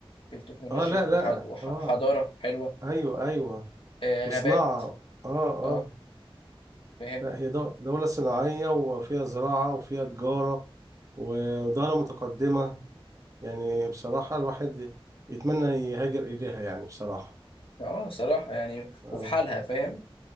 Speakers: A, on the left; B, on the right.
A: في التكنولوجيا
B: آه لا
A: وح-
B: لا
A: وحضارة
B: آه
A: حلوة
B: أيوه أيوه
A: آه
B: وصناعة
A: غابات
B: اه اه
A: اه فاهم
B: لا هي دو- دولة صناعية وفيها زراعة وفيها تجارة و- ودولة متقدمة يعني بصراحة الواحد ي- يتمنى يهاجر إليها يعني بصراحة
A: اه صراحة يعني
B: اه
A: وفي حالها فاهم